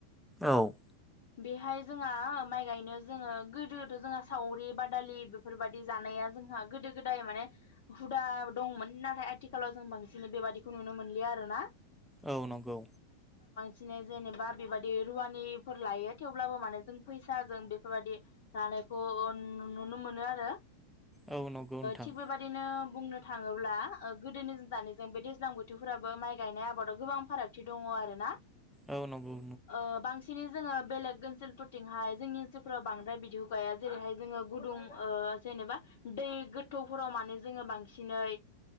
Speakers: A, in the centre; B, on the left (about 55°).
A: औ।
B: बेहाय जोंहा माइ गायनो जोङो गोदोथ' जोंहा सावरि बादालि बेफोरबादि जानाया जोंहा गोदो गोदाय माने हुदा दंमोन। नाथाय आथिखालाव जों बांसिनै बेबादिखौ नुनो मोनलिया आरो ना।
A: औ नंगौ।
B: सिनै जेनेबा बेबादि रुवानिफोर लायो थेवब्लाबो माने जों फैसाजों बेफोरबादि लानायखौ ओ नुनो मोनो आरो।
A: औ नंगौ नोंथां
B: थिग बेबादिनो। बुंनो थाङोब्ला। गोदोनि दानि जों बे दैज्लां बोथोरफोराबो माइ गायनाय आबादाव गोबां फारागथि दङ आरो ना।
A: औ नंगौ।
B: ओ बांसिनै जोङो बेलेग ओनसोलफोरथिंहाय जोंनि ओनसोलफोराव बांद्राय बिदिखौ गाया जेरैहाय जोङो गुदुं जेनेबा दै गोथौफोराव माने जोङो बांसिनै।